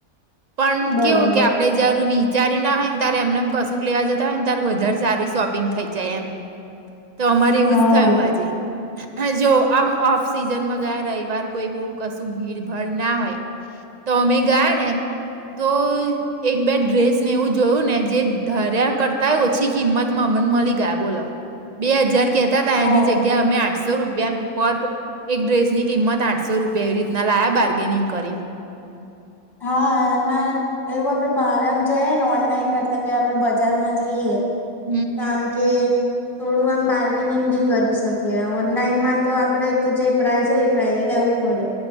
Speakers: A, on the right (about 45°); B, in the centre.
A: પણ
B: બરાબર
A: કેવું કે આપણે જે. જયાર વિચાર્યું ના હોય ને ત્યારે એમ ને એમ કશું લેવા જતા હોય ને ત્યારે વધારે સારી શોપિંગ થઈ જાય એમ. તો અમારે એવું
B: હા
A: જ થયું આજે. હ જો આમ ઓફ સિઝનમાં ગયા રવિવાર કોઈ બહ કશું ભીડ ભાળ ના હોય. તો અમે ગયા ને તો એક બે ડ્રેસને ને એવું જોયું ને જે ધાર્યા કરતાય ઓછી કિંમતમાં અમને મલી ગયા બોલો બે હજાર કહેતા હતા
B: ઓ
A: એની જગ્યા અમે આઠસો રૂપિયા પર એક ડ્રેસ ની કિંમત આઠસો રૂપિયા એવી રીતના લાયા બાર્ગેનિંગ કરીને
B: હા એમાં એવું આપડે બહાર આમ જઈએ ને ઓનલાઈન કરતા કે આપડે બજારમાં જઈએ
A: હમ
B: આમ કે થોડું આમ બાર્ગેનિંગ બી કરી શકીએ ઓનલાઈનમાં તો આપડે જે પ્રાઇસ હોય એતો લેવું પડે